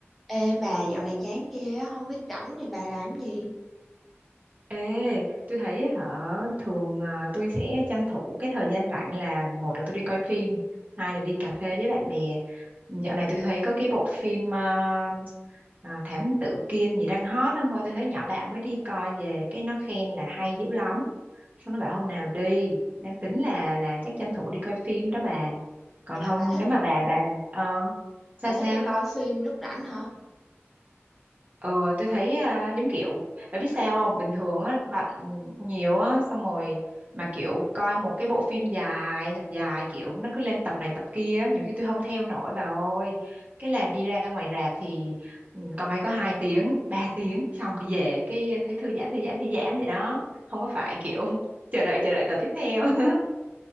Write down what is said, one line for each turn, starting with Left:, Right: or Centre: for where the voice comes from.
Centre: Ê bà dạo này chán ghê á, không biết rảnh thì bà làm gì?
Right: Ê, tôi thấy á hả thường à, tôi sẽ tranh thủ cái thời gian rảnh là một là tôi đi coi phim, hai là đi cà phê với bạn bè. Dạo này tôi thấy có cái bộ phim à, à, Thám Tử Kiên gì đang hot hôm qua tôi thấy nhỏ bạn mới đi coi về cái nó khen là hay dữ lắm. Xong nó bảo hôm nào đi, đang tính là là chắc tranh thủ đi coi phim đó bà. Còn
Centre: Dạ,
Right: không
Centre: bà thích
Right: nếu mà bà bà ờ sao
Centre: bà
Right: sao?
Centre: thích đi coi phim lúc rảnh hả?
Right: Ừ, tôi thấy à, giống kiểu bạn biết sao không bình thường á bạn nhiều á xong rồi mà kiểu coi một cái bộ phim dài thật dài kiểu nó cứ lên tập này tập kia á, nhiều khi tôi không theo nổi bà ơi cái là đi ra ngoài rạp thì ừ, coi có hai tiếng ba tiếng xong đi về cái thấy thư giãn thư giãn thư giãn vậy đó không có phải kiểu <laughs> chờ đợi chờ đợi tập tiếp theo <laughs>